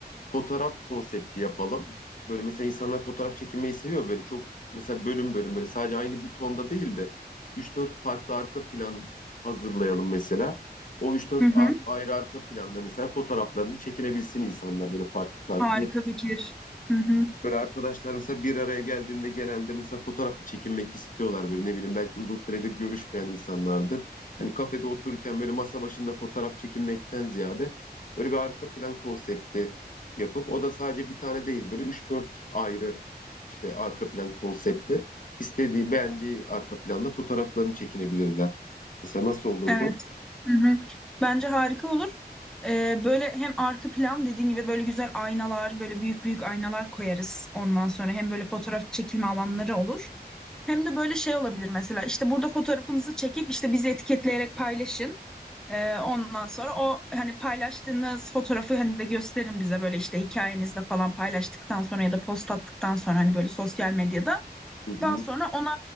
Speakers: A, on the left; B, in the centre.
A: fotoğraf konsepti yapalım. Böyle mesela insanlar fotoğraf çekinmeyi seviyor böyle çok mesela bölüm bölüm böyle sadece aynı bir tonda değil de 3-4 farklı arka plan hazırlayalım mesela. O üç dört
B: Hı hı.
A: ar- ayrı arka planda mesela fotoğraflarını çekinebilsin insanlar böyle farklı farklı
B: Harika fikir. Hı hı.
A: Böyle arkadaşlar mesela bir araya geldiğinde genelde mesela fotoğrafta çekinmek istiyorlar böyle ne bileyim belki uzun süredir görüşmeyen insanlardır. Hani kafede otururken böyle masa başında fotoğraf çekinmekten ziyade böyle bir arka plan konsepti yapıp o da sadece bir tane değil böyle üç dört ayrı işte arka plan konsepti istediği beğendiği arka planda fotoğraflarını çekinebilirler. Mesela nasıl olurdu?
B: Evet. Hı hı. Bence harika olur. Ee, böyle hem arka plan dediğin gibi böyle güzel aynalar, böyle büyük büyük aynalar koyarız ondan sonra. Hem böyle fotoğraf çekilme alanları olur. Hem de böyle şey olabilir mesela işte burada fotoğrafınızı çekip işte bizi etiketleyerek paylaşın. Ee, ondan sonra o hani paylaştığınız fotoğrafı hani de gösterin bize böyle işte hikayenizde falan paylaştıktan sonra ya da post attıktan sonra hani böyle sosyal medyada.
A: Hı hı.
B: Daha sonra ona